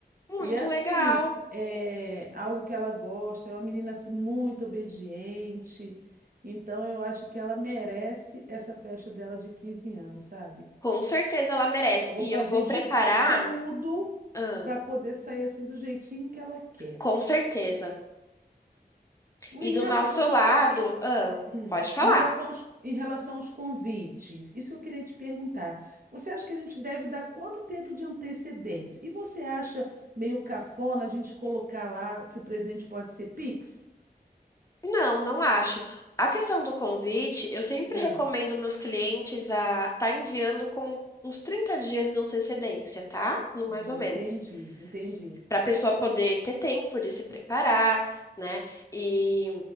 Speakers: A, on the left (about 20°); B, on the right (about 55°).
A: Muito
B: E assim,
A: legal!
B: é algo que ela gosta, é uma menina assim muito obediente. Então eu acho que ela merece essa festa dela de 15 anos, sabe?
A: Com certeza ela merece.
B: Vou
A: E
B: fazer
A: eu vou preparar.
B: de tudo
A: Ah,
B: para poder sair assim do jeitinho que ela quer.
A: com certeza.
B: Em
A: E do
B: relação
A: nosso
B: aos
A: lado,
B: co- e-
A: ah,
B: Hum,
A: pode falar.
B: em relação aos, em relação aos convites, isso eu queria te perguntar. Você acha que a gente deve dar quanto tempo de antecedência? E você acha meio cafona a gente colocar lá que o presente pode ser Pix?
A: Não, não acho. A questão do convite, eu sempre
B: Ah,
A: recomendo meus clientes a tá enviando com uns 30 dias de antecedência, tá? No
B: hum,
A: mais ou menos.
B: entendi, entendi.
A: Para a pessoa poder ter tempo de se preparar, né? E